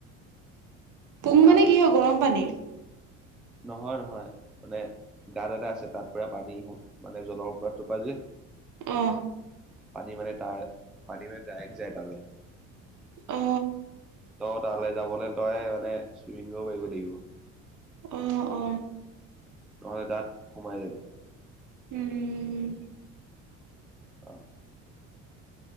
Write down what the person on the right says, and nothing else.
পুং
মানে কি হয় গৰম পানীৰ
অ
অ
অ অ
উম